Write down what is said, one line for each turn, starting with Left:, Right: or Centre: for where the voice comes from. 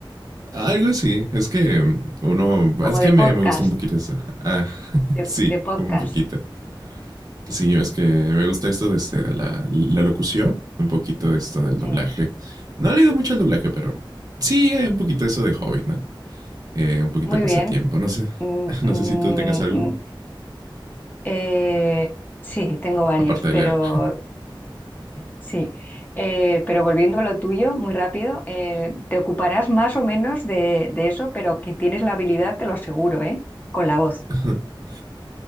Right: Algo así, es que uno,
Left: Como
Right: es
Left: de
Right: que
Left: podcast,
Right: me, me gusta un poquito eso. Ah, <laughs>
Left: de,
Right: sí,
Left: de podcast.
Right: un poquito. Sí, es que me gusta esto de, este, de la, la locución, un poquito esto del doblaje.
Left: Sí.
Right: No he leído mucho el doblaje, pero sí, hay un poquito eso de Hobbit, ¿no? eh, un poquito
Left: Muy
Right: de pasatiempo.
Left: bien.
Right: No sé,
Left: Mm,
Right: <laughs>
Left: mm,
Right: no sé si tú tengas alguno,
Left: mm, Eh, sí, tengo varios,
Right: aparte de
Left: pero
Right: leer.
Left: sí. Eh, pero volviendo a lo tuyo, muy rápido, eh, te ocuparás más o menos de, de eso, pero que tienes la habilidad, te lo aseguro, ¿eh? Con la voz.
Right: <laughs>